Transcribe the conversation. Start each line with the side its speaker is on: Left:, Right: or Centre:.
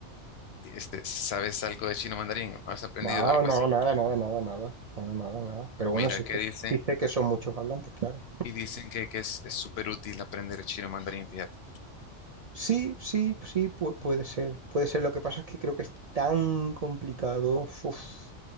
Left: Este, ¿sabes algo de chino mandarín? ¿Has aprendido
Right: No,
Left: algo
Right: no,
Left: así?
Right: nada, nada, nada, nada. Nada, nada, nada. Pero
Left: Mira,
Right: bueno, sí
Left: que
Right: sé,
Left: dice,
Right: sí sé que son muchos hablantes, claro.
Left: y dicen que, que es, es súper útil aprender chino mandarín, fíjate.
Right: Sí, sí, sí, pu- puede ser. Puede ser. Lo que pasa es que creo que es tan complicado. uf,